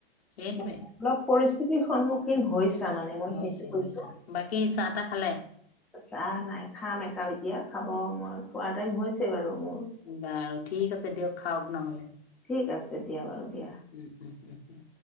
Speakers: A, on the left; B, in the centre.
A: সেইটোৱে
B: মই অলপ পৰিস্থিতিৰ সন্মুখীন হৈছে তাৰ মানে মই সেইটো
A: হৈছে
B: কৈছো,
A: হৈছে বাকী চাহ তাহ খালে?
B: চাহ নাই খাম একাল এতিয়া খাব, মই খোৱা টাইম হৈছে বাৰু। মোৰ।
A: বাৰু ঠিক আছে দিয়ক খাওঁক নহ'লে।
B: ঠিক আছে দিয়া বাৰু। দিয়া।
A: উম উম উম উম।